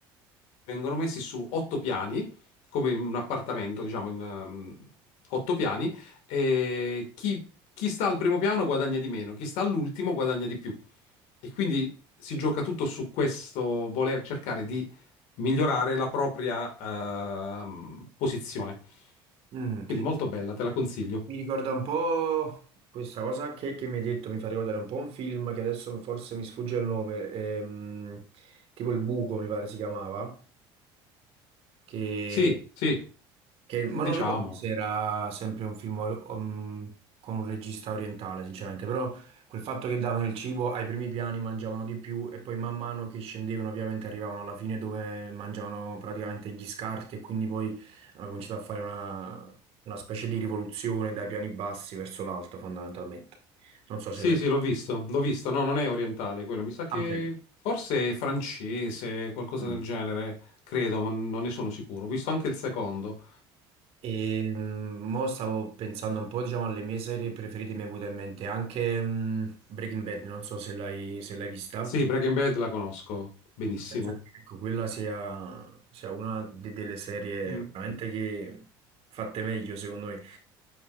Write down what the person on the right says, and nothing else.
Mm.
Mi ricorda un po' questa cosa che, che mi hai detto, mi fa ricordare un po' un film che adesso forse mi sfugge il nome, ehm, tipo Il Buco mi pare si chiamava, che
Che, ma
non ricordo se era sempre un film um, con un regista orientale, sinceramente, però quel fatto che davano il cibo ai primi piani mangiavano di più e poi man mano che scendevano ovviamente arrivavano alla fine dove mangiavano praticamente gli scarti e quindi poi hanno cominciato a fare una, una specie di rivoluzione dai piani bassi verso l'alto fondamentalmente. Non so se
l'hai...
Ah, ok.
Mm.
E mm, mo stavo pensando un po', diciamo, alle mie serie preferite, mi è venuta in mente anche mm, Breaking Bad, non so se l'hai se l'hai vista.
Penso che ecco, quella sia, sia una de- delle serie
veramente che fatte meglio, secondo me.